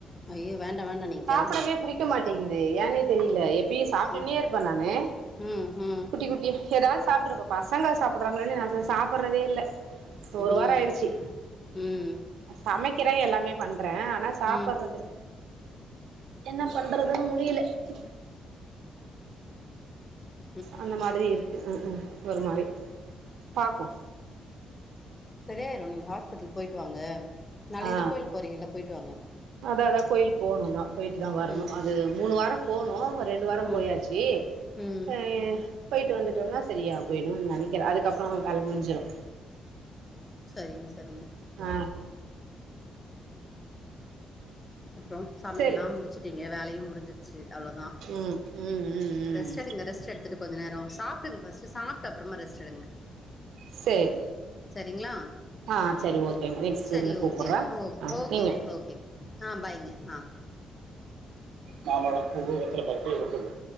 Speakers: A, on the left (about 15°); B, on the right (about 85°).
A: அய்யோ வேண்டா வேண்டா நீங்
B: சாப்புடவே புடிக்க மாட்டேங்குது ஏன்னே தெரில அப்டியே சாப்டுன்னே
A: ம்
B: இருப்ப நானு
A: ம் ம்
B: குட்டி குட்டி ஏதாவது சாப்புடுங்கப்பா பசங்க சாப்பிடடுறாங்களோ இல்லயோ நா சாப்பிடடுறதே இல்ல இப்போ ஒரு வாரம்
A: ம்
B: ஆயிடுச்சு
A: ம் ம்
B: சமைக்கிறே எல்லாமே பண்றே ஆனா சாப்பர்றத்துல்
A: ம்
B: என்ன பண்றதுன் முடியல ம்
A: <inaudible>
B: அந்த மாதிரி இருக்கு ம் ம் ஒரு மாரி பாப்போம்
A: செரியாயிறு நீங்க ஹாஸ்பிட்டல் போயிட்டு வாங்க நாளைக்கு
B: ஆ
A: தா கோயில்க் போறீங்கள்ள போயிட்டு வாங்க
B: அதா அதா கோயில் போணுந்தா போயிட்டு தா வரணு
A: ம்
B: அது மூணு வாரம் போணும் ரெண்டு வாரம்
A: ம்
B: போயாச்சு ஏ
A: ம்
B: அ பொயிட்டு வந்துட்டோனா சரியா போய்டுனு நெனக்கிற அதுக்கப்பறோ வேல முடிஞ்சிரும்
A: சரிங்க சரிங்க
B: ஆ
A: அப்றம் சமையல்லாம்
B: சரி
A: முடிச்சுட்டீங்க வேலையூ முடிஞ்சிருச்சு அவ்ளோதா
B: ம் ம் ம் ம்
A: ரெஸ்ட் எடுங்க ரெஸ்ட் எடுத்துட்டு கொஞ்ச நேரோ சாப்டுங் ஃபஸ்டு சாப்டா அப்றமா ரெஸ்ட் எடுங்க
B: சேரி
A: சரிங்களா
B: ஆ சரி ஓகே நெஸ்ட்
A: சரி
B: இதுல கூப்புட்ற
A: ஓகேங்க ஓ
B: ஆ
A: ஓகேங்க
B: நீங்க
A: ஓகே ஆ பாய்ங்க ஆ
B: மாம்பழொ பூவு வெத்தல பாக்கு ஒருத்தவுங்க